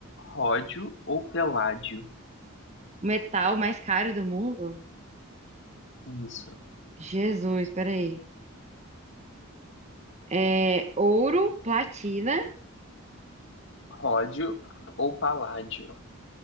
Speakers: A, on the left; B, on the right.
A: ródio ou peládio?
B: o metal mais caro do mundo?
A: Isso.
B: Jesus, peraí. É ouro, platina,
A: Ródio ou paládio?